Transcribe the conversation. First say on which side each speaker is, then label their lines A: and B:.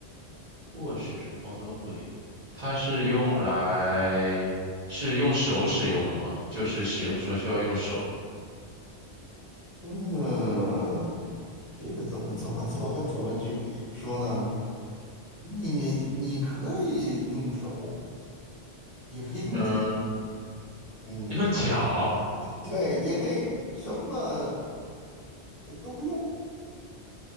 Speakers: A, on the right; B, on the left.
A: 卧室、厨房都会有。它是用来是用手使用的吗？就是使用的时候需要用手。
B: 嗯，这个怎么怎么怎么怎么去说呢？你你你可以用手，也可以用脚，
A: 嗯、
B: 嗯，
A: 用脚
B: 对，也可以什么呃都不用，